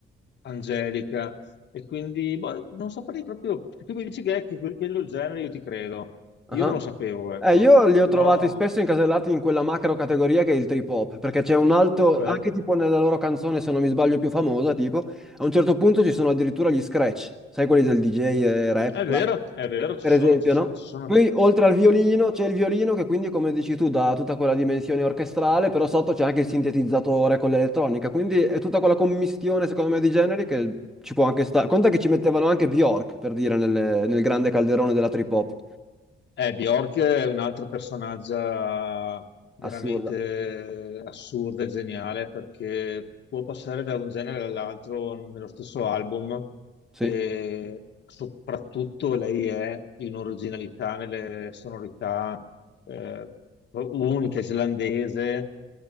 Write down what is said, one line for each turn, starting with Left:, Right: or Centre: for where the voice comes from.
Left: angelica e quindi boh, non saprei proprio. Tu mi dici che, è, che quello è il genere, io ti credo. Io
Centre: Ah.
Left: non lo sapevo, ecco.
Centre: Eh, io li
Left: Però,
Centre: ho trovati spesso incasellati in quella macro categoria che è il trip hop, perché c'è un altro,
Left: ok,
Centre: anche tipo nella loro canzone, se non mi sbaglio, più famosa, tipo, a un certo punto ci sono addirittura gli scratch, sai quelli del DJ e rap,
Left: è
Centre: classico?
Left: vero, è vero, ci
Centre: per
Left: sono,
Centre: esempio,
Left: ci sono,
Centre: no?
Left: ci sono.
Centre: Poi oltre al violino c'è il violino che quindi, come dici tu, dà tutta quella dimensione orchestrale, però sotto c'è anche il sintetizzatore con l'elettronica, quindi è tutta quella commistione, secondo me, di generi che ci può anche stare. Conta che ci mettevano anche Bjork, per dire, nelle- nel grande calderone della trip hop.
Left: Eh, Bjork è un'altra personaggia veramente
Centre: Assurda.
Left: assurda e geniale perché può passare da un genere all'altro nello stesso album
Centre: Sì.
Left: e soprattutto lei è di un'originalità nelle sonorità eh, unica, islandese.